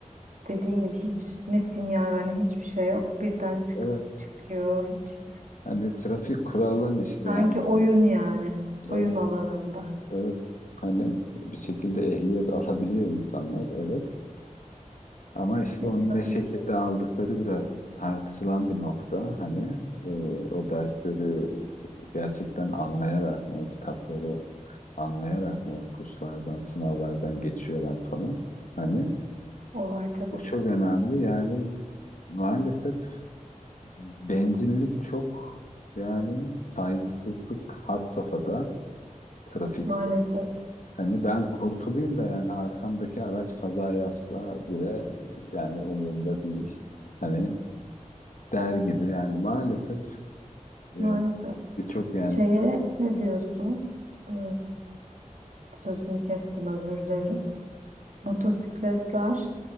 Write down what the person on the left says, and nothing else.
evet
hani trafik kuralın işte
yani
o.
Evet.
Evet, hani bir şekilde ehliyet alabiliyor insanlar, evet. Ama işte
onu
ne şekilde
aldıkları biraz tartışılan bir nokta. Hani e, o dersleri gerçekten anlayarak mı, o kitapları anlayarak mı, o kurslardan, sınavlardan geçiyorlar falan. Hani
bu çok önemli. Yani maalesef bencillik çok, yani saygısızlık had safhada, trafikte.
Hani ben kurtulayım da yani arkamdaki araç kaza yapsa bile yani umurumda değil. Hani der gibi yani maalesef e,
birçok yani